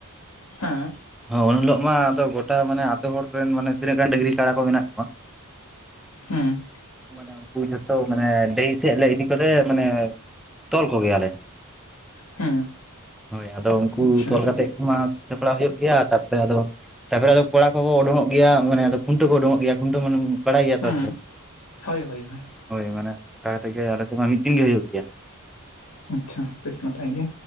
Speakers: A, on the left; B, in the centre.
A: ᱦᱮᱸ,
B: ᱦ ᱩᱱ ᱦᱤᱞᱳᱜ ᱢᱟ ᱟᱫᱚ ᱜᱚᱴᱟ ᱢᱟᱱᱮ ᱟᱛᱳ ᱦᱚᱲ ᱨᱮᱱ ᱢᱟᱱᱮ ᱛᱤᱱᱟᱹᱜ ᱜᱟᱱ ᱰᱟᱹᱝᱨᱤ ᱠᱟᱲᱟ ᱠᱚ ᱢᱮᱱᱟᱜ ᱠᱚᱣᱟ
A: ᱦᱮᱸ,
B: ᱢᱟᱱᱮ ᱩᱱᱠᱩ ᱡᱷᱚᱛᱚ ᱢᱟᱱᱮ ᱰᱟᱦᱤ ᱥᱮᱜ ᱞᱮ ᱤᱫᱤ ᱠᱚᱛᱮ ᱢᱟᱱᱮ, ᱛᱚᱞ ᱠᱚᱜᱮᱭᱟᱞᱮ᱾
A: ᱦᱮᱸ
B: ᱦᱳᱭ ᱟᱫᱚ ᱩᱱᱠᱩ
A: ᱟᱪᱪᱷᱟ
B: ᱛᱚᱞ ᱠᱟᱛᱮ ᱢᱟ ᱥᱟᱯᱲᱟᱣ ᱦᱩᱭᱩᱜ ᱜᱮᱭᱟ ᱛᱟᱨᱯᱚᱨᱮ ᱟᱫᱚ ᱛᱟᱯᱚᱨᱮ ᱟᱫᱚ ᱠᱚᱲᱟ ᱠᱚᱠᱚ ᱩᱰᱩᱠᱚᱜ ᱜᱮᱭᱟ ᱢᱟᱱᱮᱫᱚ ᱠᱷᱩᱱᱴᱟᱹᱣ ᱠᱚ ᱩᱰᱩᱠᱜ ᱜᱮᱭᱟ ᱠᱷᱩᱱᱴᱟᱹᱣᱟᱱᱮ ᱵᱟᱲᱟᱭ ᱜᱮᱭᱟ
A: ᱦᱮᱸ
B: ᱛᱚ,
A: ᱦᱳᱭ ᱦᱳᱭ ᱦᱳᱭ,
B: ᱦᱳᱭ ᱢᱟᱱᱮ ᱱᱚᱝᱠᱟ ᱠᱟᱛᱮᱜ ᱜᱮ ᱟᱞᱮ ᱥᱮᱫ ᱢᱟ ᱢᱤᱫ ᱫᱤᱱ ᱜᱮ ᱦᱩᱭᱩᱜ ᱜᱮᱭᱟ,
A: ᱟᱪᱪᱷᱟ ᱵᱮᱥ ᱱᱟᱯᱟᱭ ᱜᱮ